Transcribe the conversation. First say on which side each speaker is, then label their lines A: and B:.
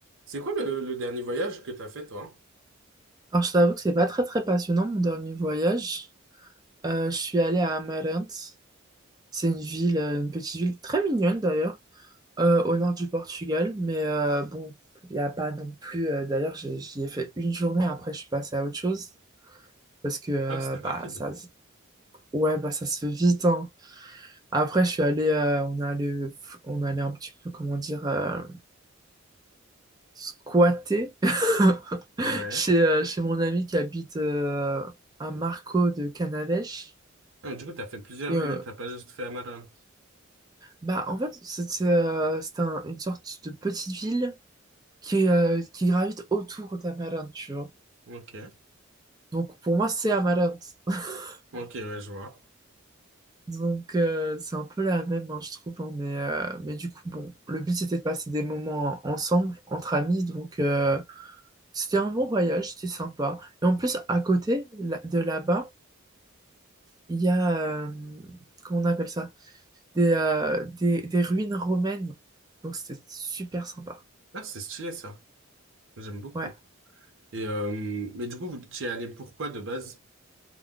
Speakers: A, on the right; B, on the right.
A: C'est quoi le, le dernier voyage que t'as fait, toi?
B: Alors, je t'avoue que c'est pas très très passionnant mon dernier voyage. Euh, je suis allée à Amarante. C'est une ville, euh, une petite ville très mignonne d'ailleurs, euh, au nord du Portugal. Mais euh, bon, il n'y a pas non plus. euh, d'ailleurs, j'ai- j'y ai fait une journée. Après, je suis passée à autre chose parce que euh,
A: Ah, c'était
B: bah
A: rapide.
B: ça, se- ouais bah ça se fait vite. hein. Après, je suis allée, euh, on est allé, on est allé un petit peu comment dire, euh, squatter <laughs>
A: Ouais.
B: chez euh, chez mon ami qui habite euh, à Marco de Canavêche.
A: Ah, du coup, t'as fait plusieurs
B: Et
A: lieux,
B: euh,
A: t'as pas juste fait Amarante.
B: Bah, en fait, c'est euh, c'est un- une sorte de petite ville qui, est, euh, qui gravite autour d'Amarante, tu vois.
A: Ok.
B: Donc, pour moi, c'est Amarante. <laughs>
A: Ok, ouais, je vois.
B: Donc, euh, c'est un peu la même, hein, je trouve. hein, mais, euh, mais du coup, bon, le but, c'était de passer des moments ensemble, entre amis. Donc, euh, c'était un bon voyage, c'était sympa. Et en plus, à côté là- de là-bas, il y a, euh, comment on appelle ça? Des, euh, des, des ruines romaines. Donc, c'était super sympa.
A: Ah, c'est stylé, ça. J'aime beaucoup.
B: Ouais.
A: Et, euh, mais du coup, vous t'y es allé pourquoi de base?